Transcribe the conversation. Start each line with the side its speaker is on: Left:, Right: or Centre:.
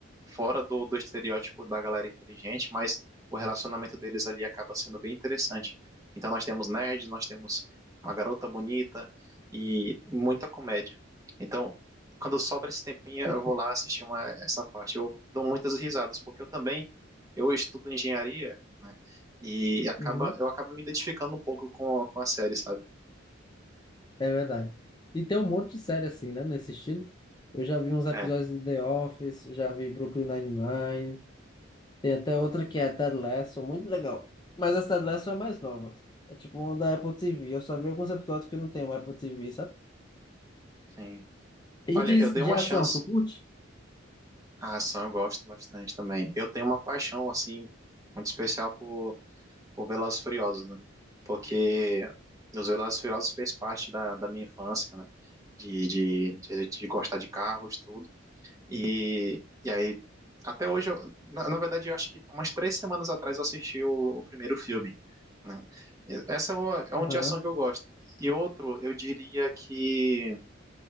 Right: fora do, do estereótipo da galera inteligente, mas o relacionamento deles ali acaba sendo bem interessante. Então nós temos nerds, nós temos uma garota bonita e muita comédia. Então, quando sobra esse tempinho, eu
Left: <laughs>
Right: vou lá assistir uma, essa parte. Eu dou muitas risadas, porque eu também eu estudo engenharia, né? E acaba,
Left: uhum.
Right: eu acabo me identificando um pouco com, com a série, sabe?
Left: É verdade. E tem um monte de série assim, né, nesse estilo. Eu já vi uns episódios
Right: É,
Left: de The Office, já vi Brooklyn Nine-Nine, tem até outra que é Ted Lasso, muito legal. Mas essa Ted Lasso é mais nova. É tipo uma da Apple TV. Eu só vi alguns episódios que não tem o Apple TV, sabe?
Right: sim.
Left: E
Right: Olha,
Left: de,
Right: eu dei
Left: de
Right: uma
Left: ação,
Right: chance.
Left: tu curte?
Right: A ação eu gosto bastante também. Eu tenho uma paixão, assim, muito especial por por Velozes e Furiosos, né? Porque os Velozes e Furiosos fez parte da, da minha infância, né? De, de, de, a gente de gostar de carros, tudo. E, e aí, até hoje, eu- na, na verdade, eu acho que umas três semanas atrás eu assisti o, o primeiro filme, né? E Essa é, uma, é
Left: Aham.
Right: um de ação que eu gosto. E outro, eu diria que